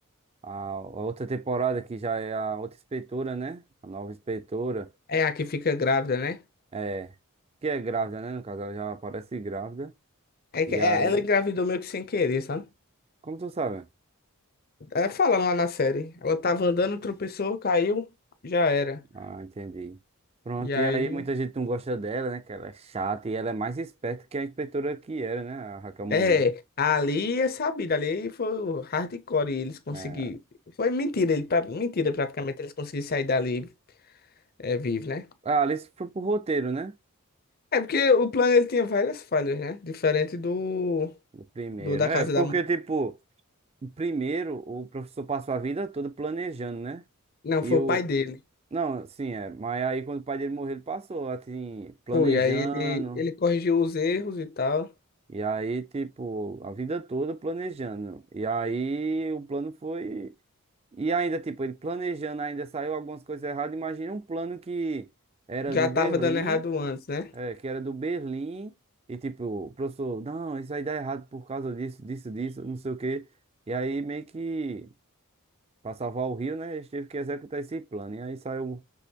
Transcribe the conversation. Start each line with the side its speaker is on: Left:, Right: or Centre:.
Right: a outra temporada que já é a outra inspetora, né? A nova inspetora.
Left: É a que fica grávida, né?
Right: É. Que é grávida, né? No caso, ela já aparece grávida.
Left: É que
Right: E
Left: é-
Right: aí.
Left: ela engravidou meio que sem querer, sabe?
Right: Como tu sabe?
Left: É, fala lá na série. Ela tava andando, tropeçou, caiu, já era.
Right: Ah, entendi. Pronto,
Left: E aí.
Right: e aí muita gente não gosta dela, né? Que ela é chata e ela é mais esperta que a inspetora que era, né? A Raquel Murillo.
Left: É, ali é sabido, ali foi o hardcore e eles conseguiram.
Right: É.
Left: Foi mentira, ele, pra- mentira praticamente, eles conseguiram sair dali é, vivo, né?
Right: A Alice foi pro roteiro, né?
Left: É porque o plano ele tinha várias falhas, né? Diferente do,
Right: O primeiro.
Left: do da
Right: É,
Left: casa
Right: porque,
Left: da. mu-
Right: tipo, o primeiro o professor passou a vida toda planejando, né?
Left: Não,
Right: E
Left: foi
Right: eu.
Left: o pai dele.
Right: Não, sim, é. Mas aí quando o pai dele morreu, ele passou, assim, planejando.
Left: Foi, aí ele, ele corrigiu os erros e tal.
Right: E aí, tipo, a vida toda planejando. E aí o plano foi. E ainda, tipo, ele planejando, ainda saiu algumas coisas erradas. Imagina um plano que era
Left: Já
Right: do
Left: tava
Right: Berlim,
Left: dando errado antes, né?
Right: é, que era do Berlim. E tipo, o professor, não, isso aí dá errado por causa disso, disso, disso, não sei o quê. E aí meio que, pra salvar o Rio, né? Eles teve que executar esse plano. E aí saiu,